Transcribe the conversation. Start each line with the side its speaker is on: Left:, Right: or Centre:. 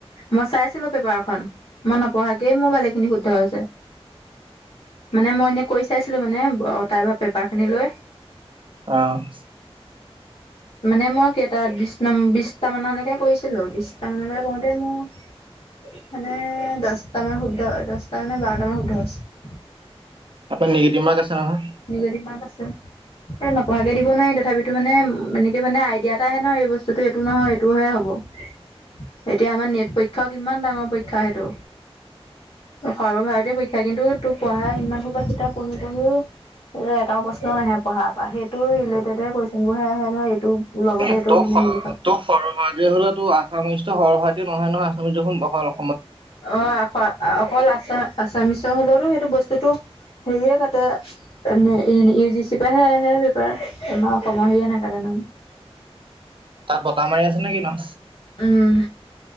Left: মই চাইছিলো পেপাৰখন মই নপঢ়াকে মোৰ ভালেখিনি শুদ্ধ হৈছে। মানে মই এনে কৈ চাইছিলো মানে তাই পৰা পেপাৰ খিনি লৈ
Right: অহ'।
Left: মানে মই কে তা‌‌য বিশ ন বিশটা মানলৈকে কৰিছিলো, বিশটা মানলৈকে কৰওঁতে মোৰ মানে দহটা মান শুদ্ধ দহটা মানে বাৰটা মান শুদ্ধ হৈছে।
Right: তাতে নিগেটিভ মাৰ্ক আছে নহয়?
Left: নিগেটিভ মাৰ্গ আছে। এ নপঢোৱাকে দিব নোৱাৰি। তথাপিতো মানে এনেক মানে আইডিয়া এটা আহে ন এই বস্তুটো এইটো নহয় এইটোহে হ'ব। এতিয়া আমাৰ নেট পৰীক্ষাও কিমান ডাঙৰ পৰীক্ষা সেইটো। সৰ্বভাৰতীয় পৰীক্ষা, কিন্তু তোৰ পঢ়া ইমান খোবা কিতাপ পঢ়ি পঢ়িও। এটাও প্ৰশ্ন নাহে, পঢ়াৰ পৰা সেইটো ৰিলেটেডে কুৱেশচন বোৰ হে আহে নয় এইটো লগতে
Right: এ
Left: এইটো
Right: তই
Left: মানে মিলি থাকক
Right: ত সৰ্বভাৰতীয় হ'লে তো আছামিজ তো সৰ্বভাৰতীয় নহয় নহয় আছামিজখ বহল
Left: অ', অক-অকল আমা-আছামিছৰ হলেওতো সেইটো বস্তুটো হেৰিয়ে কাটে এ ইউ জি চি পৰাহে আহে পেপাৰ তোমাৰ অসমৰ হেৰীয়ে না কাটে নহয়।। <inaudible>
Right: তাত বটা মাৰি আছে নে কি নো?
Left: উম।